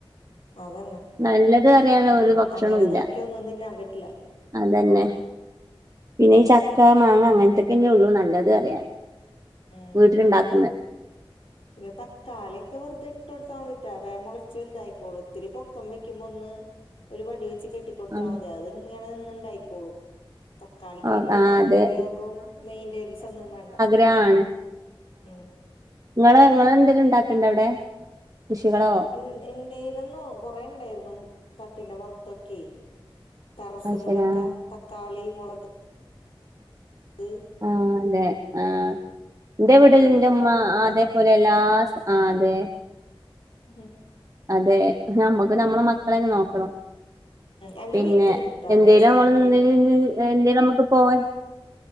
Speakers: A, on the left; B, on the right.
A: അതന്നെ
B: നല്ലത് അറിയാനൊരു ഭക്ഷണുല്ലാ
A: അങ്ങനെ നോക്കിയ ഒന്നും തിന്നാൻ പറ്റില്ല
B: അതന്നെ പിന്നെ ഈ ചക്ക, മാങ്ങ അങ്ങൻത്തെക്കെന്നൊള്ളു നല്ലത് അറിയാ
A: ഉം
B: വീട്ടില്ണ്ടാക്ക്ന്നെ
A: പിന്നെ തക്കാളിയെക്കെ വെറുതെ ഇട്ടോട്ത്താമതിട്ടാ വേം മൊളച്ച് വെല്തായിക്കോളൂ ഇത്തിരി പൊക്കം വെക്കുമ്പൊന്ന് ഒരു വടി വെച്ച് കെട്ടിക്കൊടുത്താ
B: ആ
A: മതി അത്ങ്ങനെ നിന്ന്ണ്ടായിക്കോളും തക്കാളിക്ക്
B: ആ
A: വല്ല്യ
B: ആ,
A: വളപ്രയോഗും
B: അതെ
A: മെയിന്റേൻസൊന്നും വേണ്ടാ
B: ഗ്രാണ്
A: ഉം
B: ഇങ്ങള് ഇങ്ങളെന്തെലുണ്ടാക്ക്ണ്ടോവ്ടെ കൃഷികളോ?
A: ഇണ് ഇൺണ്ടയിരുന്നു കൊറേണ്ടായിരുന്നു തട്ടിന്റെ പൊറത്തൊക്കെ ടെറസ്സുമ്മലക്കെ
B: ആ ശരി. ആ
A: തക്കാളി, മൊള ക്
B: ആഹ് ലേ? ആഹാ ന്റെ
A: അതൊക്കെ
B: വീട്ട്ൽ
A: ഇണ്ടായിരുന്നു
B: ൻ്റെമ്മ
A: ഇല്ല
B: അതേപോലെ എല്ലാ സ അതെ
A: ഉം
B: അതെ ഞമ്മക്ക് നമ്മളെ മക്കളെന്നെ നോക്കണം
A: എന്റെ
B: പിന്നെ
A: വീട്ടിലുണ്ട്ട്ടാ
B: എന്തേലും
A: കൊറേ സാധനങ്ങള്
B: ഞമ്മള് <unintelligible> <unintelligible> എന്തേലൊമ്മക്ക് പോവാന്